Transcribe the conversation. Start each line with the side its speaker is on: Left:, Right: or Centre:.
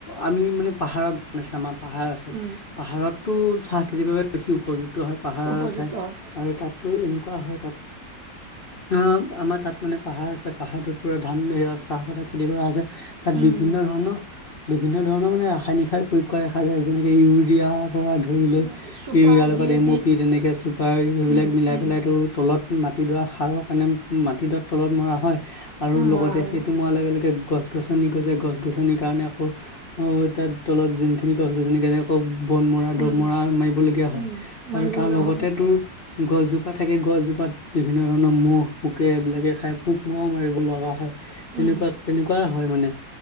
Left: আমি মানে পাহাৰত বনাইছো আমাৰ পাহাৰ আছে
Right: উম
Left: ঘৰতো চাহ খেতিৰ বাবে বেছি উপযুক্ত হয় পাহাৰৰ
Right: উপযুক্ত
Left: ঠাই
Right: হয়
Left: আৰু তাত এনেকুৱা হয় তাত অ', আমাৰ তাত মানে পাহাৰ আছে পাহাৰটোত পুৰা ধান চাহপাতৰ খেতি কৰা হৈছে। তাত
Right: উম
Left: বিভিন্ন
Right: উম
Left: ধৰণৰ বিভিন্ন ধৰণৰ মানে ৰাসায়নিক সাৰ প্ৰয়োগ কৰা দেখা যায় যেনেকে ইউৰি পৰা ধৰি লৈ
Right: কি
Left: ইউৰিয়াৰ
Right: হয় চুপাৰ
Left: লগত
Right: ডি এ
Left: এম অ' পি তেনেকে চুপাৰ সেইবিলাক
Right: উম
Left: মিলাই
Right: উম
Left: পেলাই তো তলত মাটিডৰা সাৰৰ কাৰণে মাটিডৰা তলত মৰা হয় আৰু
Right: উম
Left: লগতে
Right: মৰা হয়
Left: সেইটো
Right: অ
Left: মৰাৰ লগে লগে গছ গছনি গছে গছ গছনিৰ কাৰণে আকৌ তাৰ তলত যোনখিনি গছ গছনি কাৰণে বন মৰা দম
Right: উম
Left: মৰা মাৰিবলগীয়া হয়
Right: উম মাৰিব
Left: আৰু তাৰ
Right: লগা
Left: লগতে
Right: হয়
Left: তোৰ গছজোপা থাকে গছজোপাত বিভিন্ন ধৰণৰ মুহ পোকে এইবিলাকে খাই পোক মৰাও মাৰিব লগা হয় তেনেকুৱা
Right: উম
Left: তেনেকুৱাই হয় মানে